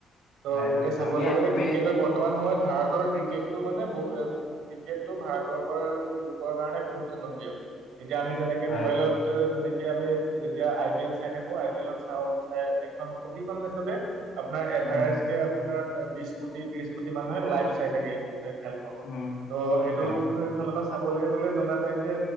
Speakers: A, on the right; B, on the left.
A: ত
B: হয় হয়
A: এতিয়া চাবলৈ
B: আমি
A: গ'লে
B: আমি
A: ক্ৰিকেটৰ বৰ্তমান সময়ত ভাৰতৰ ক্ৰিকেটটো মানে ক্ৰিকেটটো ভাৰতবৰ্ষৰ বহুত জনপ্ৰিয় এতিয়া আমি যেনেকে
B: হয়
A: মোবাইলত
B: হয়
A: যেনেকে আমি যেতিয়া আই পি এল। চাই থাকো আই পি এলত চাওঁ চাওঁ এখন প্ৰতিখন মেচতে আপোনাৰ এভাৰেষ্ট
B: উম
A: আপোনাৰ। বিশ কোটি, ত্ৰিশ কোটি, মানুহে লাইভ চাই থাকে! এ খেলখনৱা
B: উম
A: ত' সেইটোফালৰ
B: হয় হয়
A: পৰা চাব। ক গ'লে জনা যায় যে